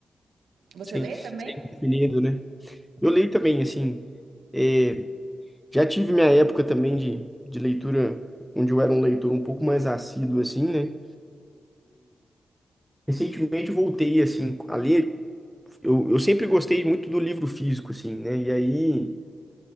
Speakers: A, on the right (about 85°); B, in the centre.
A: Você
B: Sim,
A: lê também?
B: lendo, né? Eu leio também, assim. é, já tive minha época também de, de leitura, onde eu era um leitor um pouco mais assíduo, assim, né? Recentemente eu voltei, assim, a ler. Eu, eu sempre gostei muito do livro físico, assim, né? E aí,